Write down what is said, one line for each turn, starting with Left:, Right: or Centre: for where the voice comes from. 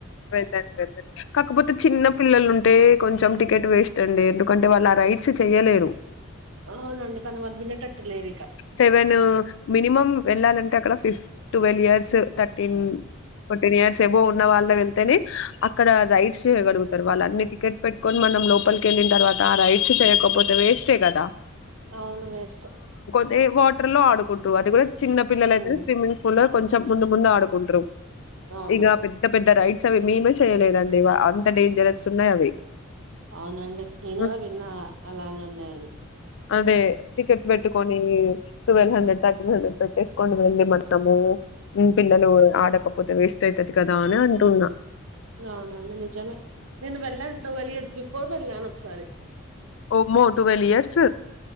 Left: వెళండి వెళండి కాకపోతే చిన్న పిల్లలు ఉంటే కొంచెం టికెట్ వేస్ తండి ఎందుకంటే వాళ్ళు ఆ రైట్స్ చెయ్యలేరు
Right: అవునండి కానీ వాళ్ళు వినేటట్టు లేరు ఇక
Left: సెవెన్ మినిమం వెళ్ళాలంటే అకాడా ఫిఫట్ ట్వల్వ్ ఇయర్స్ర టిన్ ఇయర్స్ ఎవో ఉన్నన్నా వాళ్ళ థన్ అ అక్కడ రైట్స్గడుగుతారు వాళ్ళ అన్ని టికెట్ పెట్టుకొని మన లోపలికి కెళ్ళిన తర్వాత రైడ్స్ చేయకపోతే వేస్టే కదా
Right: అవును వేస్ట్
Left: అదే వాటర్లో ఆడుంట పో అది కూడా చిన్న పిల్లైతే
Right: హ్మ్.
Left: స్విమ్మింగ్ పూల్ కొంచం ముందు ముందు ఆడుకుంట్ర
Right: అవునవును
Left: ఇక పెద్ద పెద్ద రైట్ అవి మేమే చేయలేదండి ఇ అంత డేంజరస్ ఉన్నాయి అవి
Right: అవునండి నేను
Left: ఉమ్,
Right: కూడా విన్నా అలానే ఉన్నాయని
Left: అదే టికెట్స్ పెట్టుకొని ట్వెల్వ్ హండ్రెడ్ థర్టీన్ హండ్రెడ్ పెట్టేసుకొని వెళ్ళి మనము పిల్లలు ఆడకపోతే వేస్ట్ అయితది కదా అని అంటున్న
Right: అవునండి నిజమే నేను వెళ్ళాను ట్వెల్వ్ ఇయర్స్ బిఫోర్ వెళ్ళాను ఒకసారి
Left: ఓ మో ట్వెల్వ్ ఇయర్స్